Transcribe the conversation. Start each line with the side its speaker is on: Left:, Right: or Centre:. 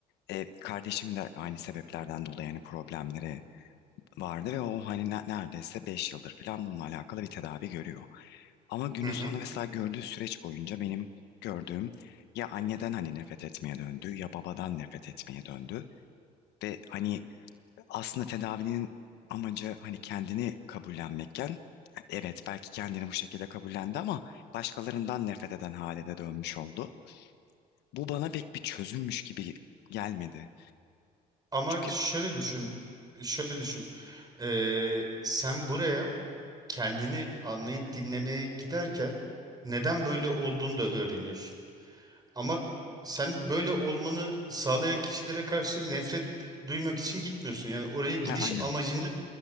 Left: e, kardeşim de aynı sebeplerden dolayı yani problemleri vardı ve o hani ne- neredeyse 5 yıldır falan bununla alakalı bir tedavi görüyor. Ama günün
Right: Hı hı.
Left: sonu mesela gördüğü süreç boyunca benim gördüğüm ya anneden hani nefret etmeye döndü ya babadan nefret etmeye döndü. Ve hani aslında tedavinin amacı hani kendini kabullenmekken evet belki kendini bu şekilde kabullendi ama başkalarından nefret eden hale de dönmüş oldu. Bu bana pek bir çözümmüş gibi gelmedi.
Right: Ama
Left: Çünkü
Right: şöyle düşün, şöyle düşün. E, sen buraya kendini anlayıp dinlemeye giderken neden böyle olduğunu da öğreniyorsun. Ama sen böyle olmanı sağlayan kişilere karşı nefret duymak için gitmiyorsun. Yani oraya gidiş
Left: ha, aynen.
Right: amacını